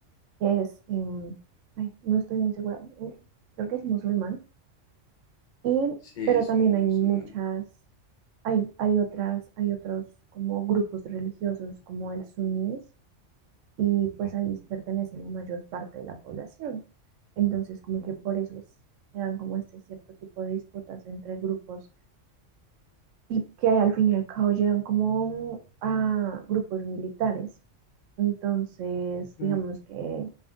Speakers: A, on the right; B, on the left.
A: que es, em, ay, no estoy muy segura, mm, creo que es musulmán, y,
B: Sí,
A: pero
B: son
A: también hay
B: musulmanes.
A: muchas, hay, hay otras, hay otros como grupos religiosos como el suníes, y pues ahí pertenece la mayor parte de la población. Entonces, como que por eso se dan como este cierto tipo de disputas entre grupos y que al fin y al cabo llegan como a grupos militares. Entonces,
B: Mm,
A: digamos que